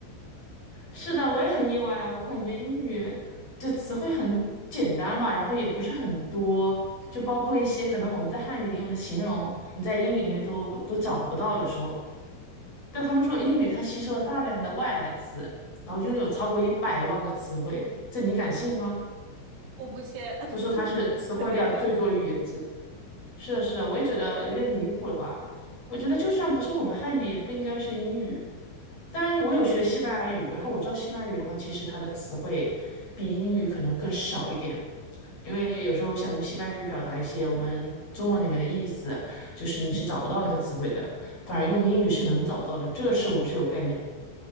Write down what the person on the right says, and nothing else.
我不信。<laughs>
<laughs> 很难相信。